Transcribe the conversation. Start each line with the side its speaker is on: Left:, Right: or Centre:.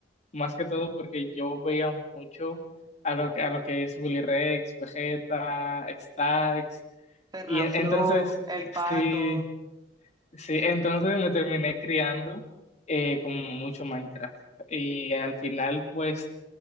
Left: Más que todo porque yo veía mucho a lo, que- a lo que es Willy Rex, Vegeta, Stacks.
Right: Fernafloo,
Left: Y entonces,
Right: El
Left: sí.
Right: Pato.
Left: Sí, entonces me terminé criando eh, con mucho Minecraft. Y al final, pues,